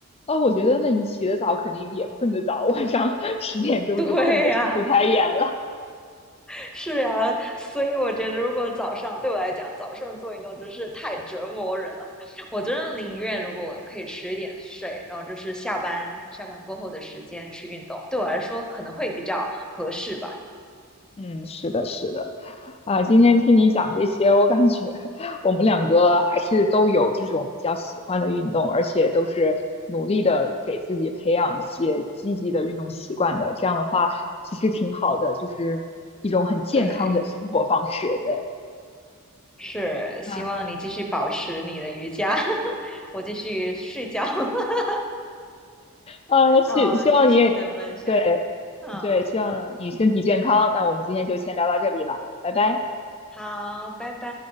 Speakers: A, on the left; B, in the centre.
A: 呃，我觉得那你起得早肯定也困得早，
B: 嗯，
A: 晚上 <laughs> 十点钟就困得睁不开眼了。
B: <laughs> 对呀、<laughs> 是呀，所以我觉得如果早上对我来讲，早上做运动真是太折磨人了。我真的宁愿如果我可以迟一点睡，然后就是下班下班过后的时间去运动，对我来说可能会比较合适吧。
A: 嗯，是的，是的，啊，今天听你讲这些，我感觉我们两个还是都有这种比较喜欢的运动，而且都是努力的给自己培养一些积极的运动习惯的。这样的话，其实挺好的，就是一种很健康的生活方式。
B: 对，
A: 对，
B: 是希望你继续保持你的瑜伽，
A: 那
B: <laughs> 我继续睡觉。<laughs>
A: 呃，希希望你，
B: 好，谢谢你的分享。
A: 对
B: 嗯，
A: 对，希望你身体健康。那我们今天就先聊到这里了，拜拜。
B: 好，拜拜。